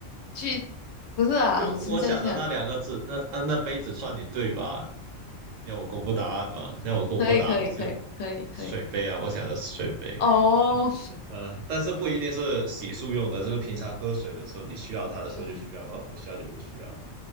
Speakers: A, on the left; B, on the right.
A: 去不是啊，
B: 就我想的那两个字，
A: 我只是在想，
B: 那那那杯子算你对吧？要我公布答案吗？要我公布答案就
A: 可以可以可以可以可以
B: 水杯啊，我想的是水杯。
A: 哦，
B: 呃，但是不一定是洗漱用的，就是平常喝水的时候，你需要它的时候就需要嘛，
A: 嗯，
B: 不需要就不需要。